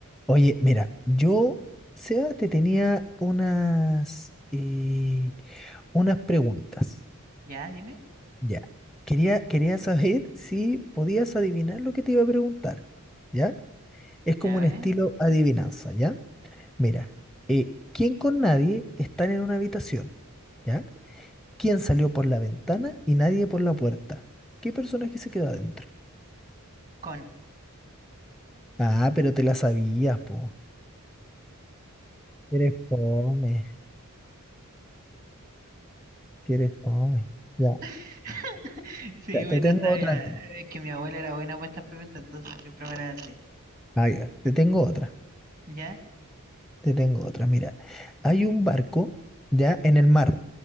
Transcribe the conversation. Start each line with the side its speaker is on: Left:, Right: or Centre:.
Centre: Oye, mira, yo, Seba, te tenía unas, eh, unas preguntas.
Right: Ya, dime.
Centre: Ya. Quería, quería saber <laughs> si podías adivinar lo que te iba a preguntar. ¿Ya? Es como
Right: Ya
Centre: un
Right: ven.
Centre: estilo adivinanza, ¿ya? Mira, eh, ¿quién con nadie están en una habitación? ¿Ya? ¿Quién salió por la ventana y nadie por la puerta? ¿Qué personaje se quedó adentro?
Right: Con.
Centre: Ah, pero te la sabías, po. Que Eres fome, que eres fome. Ya,
Right: <laughs> Sí,
Centre: ya,
Right: me
Centre: te
Right: la
Centre: tengo
Right: sabía.
Centre: otra entonces.
Right: Es que mi abuela era buena para estas preguntas, entonces siempre me las hace.
Centre: Ah, ya. Te tengo otra,
Right: ¿Ya?
Centre: te tengo otra. Mira, hay un barco ya en el mar,